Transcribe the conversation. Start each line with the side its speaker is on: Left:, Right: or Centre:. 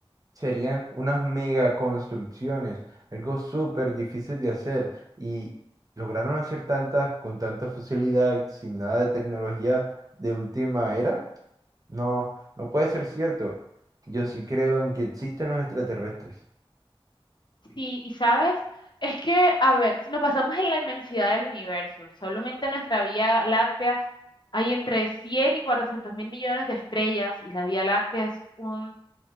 Right: serían unas mega construcciones, algo súper difícil de hacer y lograron hacer tantas con tanta facilidad, sin nada de tecnología de última era. No, no puede ser cierto. Yo sí creo en que existen los extraterrestres.
Left: Sí, y sabes, es que, a ver, si nos basamos en la inmensidad del universo, solamente nuestra Vía Láctea hay entre 100 y 400 mil millones de estrellas y la Vía Láctea es un